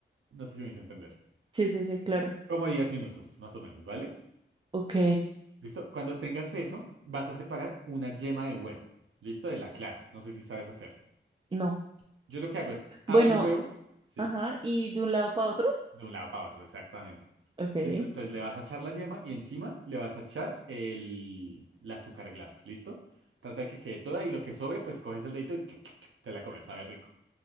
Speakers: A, on the right (about 75°); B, on the right (about 25°).
A: No sé si me hice entender.
B: Sí, sí, sí, claro.
A: Como 10 minutos, más o menos, ¿vale?
B: Ok.
A: ¿Listo? Cuando tengas eso, vas a separar una yema de huevo. ¿Listo? De la clara. No sé si sabes hacerlo.
B: No.
A: Yo lo que hago es abro
B: Bueno,
A: el huevo, ¿sí?
B: ajá. ¿Y de un lado para otro?
A: De un lado para otro, exactamente.
B: Ok.
A: ¿Listo? Entonces le vas a echar la yema y encima le vas a echar el, el azúcar glass. ¿Listo? Trata de que quede toda y lo que sobre, pues coges el dedito y <tsk> te la comes. Sabe rico.